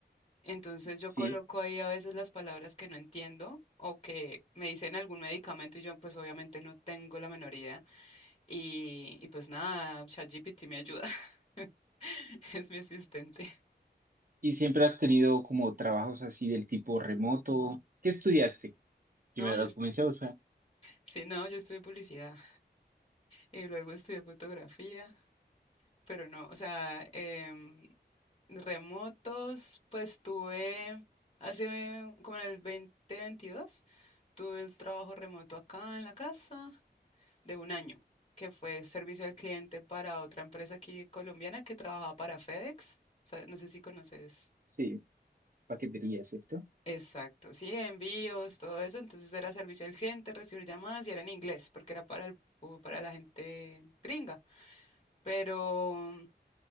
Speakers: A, on the left; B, on the right.
A: entonces yo
B: sí.
A: coloco ahí a veces las palabras que no entiendo o que me dicen algún medicamento y yo pues obviamente no tengo la menor idea. Y, y pues nada, ChatGPT me ayuda. <laughs> Es mi asistente.
B: ¿Y siempre has tenido como trabajos así del tipo remoto? ¿Qué estudiaste? Primero,
A: No, yo, est-
B: comencemos, ah,
A: sí, no, yo estudié publicidad y luego estudié fotografía, pero no, o sea, em, remotos, pues tuve hace como en el dos mil veintidós tuve el trabajo remoto acá en la casa de un año, que fue servicio al cliente para otra empresa aquí colombiana que trabajaba para FedEx. O sea, no sé si conoces.
B: sí, paquetería, ¿cierto?
A: Exacto, sí, envíos, todo eso. Entonces era servicio al cliente, recibir llamadas y era en inglés porque era para el, pu- para la gente gringa. Pero